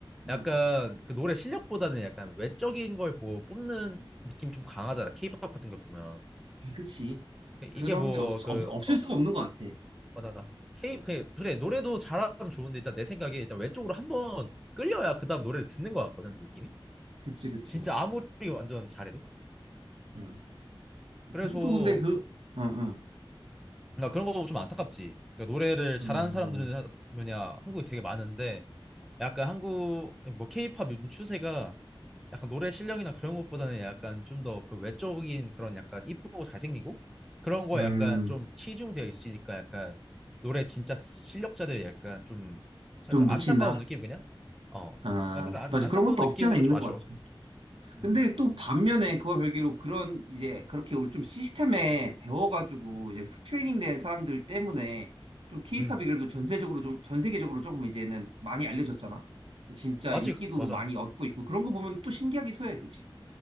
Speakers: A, on the right; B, in the centre.
A: 음,
B: 약간 그 노래 실력보다는 약간 외적인 걸 뭐 뽑는 느낌이 좀 강하잖아. 케이팝 같은 거 보면.
A: 그치. 그런
B: 이게 뭐
A: 게 없,
B: 그
A: 없, 없을
B: 어
A: 수가 없는 것 같아.
B: 맞아. K 그 그래 노래도 잘하면 좋은데 일단 내 생각에 일단 외적으로 한번 끌려야 그다음 노래를 듣는 것 같거든 느낌이.
A: 그치, 그치.
B: 진짜 아무리 완전 잘해도.
A: 음.
B: 그래서
A: 그래도 근데 그,
B: 그런
A: 응, 응.
B: 나 그런 거 좀 안타깝지. 그러니까 노래를 잘하는
A: 음,
B: 사람들은 하- 뭐냐 한국에 되게 많은데 약간 한국 뭐 케이팝 요즘 추세가 약간 노래 실력이나 그런 것보다는 약간 좀 더 그 외적인 그런 약간 이쁘고 잘생기고 그런 거에
A: 음,
B: 약간 좀 치중되어 있으니까 약간 노래 진짜 실력자들 약간 좀 살짝
A: 좀 묻힌다.
B: 안타까운 느낌 그냥 어
A: 아,
B: 그냥 살짝
A: 그-
B: 안,
A: 맞아.
B: 안타까운
A: 그런 것도
B: 느낌이라
A: 없지 않아 있는
B: 좀 아쉬워
A: 것 같아.
B: 음
A: 근데 또 반면에 그와 별개로 그런 이제 그렇게 우리 좀 시스템에 배워가지고 이제 트레이닝 된 사람들 때문에 좀 케이팝이
B: 음
A: 그래도 전세적으로 좀, 전 세계적으로 조금 이제는 많이 알려졌잖아. 그래서 진짜
B: 맞지
A: 인기도
B: 맞아
A: 많이 얻고 있고 그런 거 보면 또 신기하기도 해. 그치?